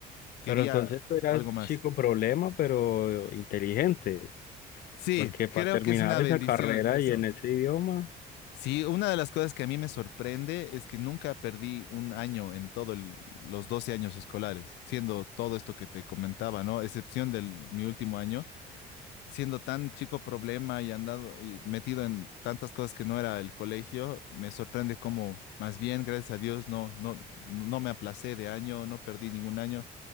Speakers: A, on the left; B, on the left.
A: quería
B: Pero entonces tú eras
A: algo más.
B: chico problema, pero inteligente,
A: Sí,
B: porque
A: creo
B: para terminar
A: que es una bendición
B: esa carrera
A: eso.
B: y en ese idioma
A: Sí, una de las cosas que a mí me sorprende es que nunca perdí un año en todos los 12 años escolares, siendo todo esto que te comentaba, ¿no? Excepción del mi último año siendo tan chico problema y andado y metido en tantas cosas que no era el colegio, me sorprende cómo más bien, gracias a Dios, no, no, no me aplacé de año, no perdí ningún año.